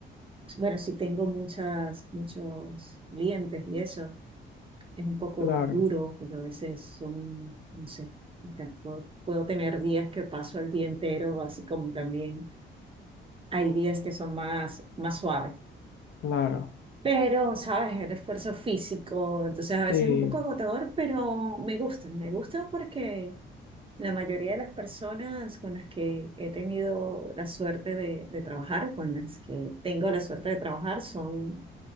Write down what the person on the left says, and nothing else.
Claro,
claro.
Sí,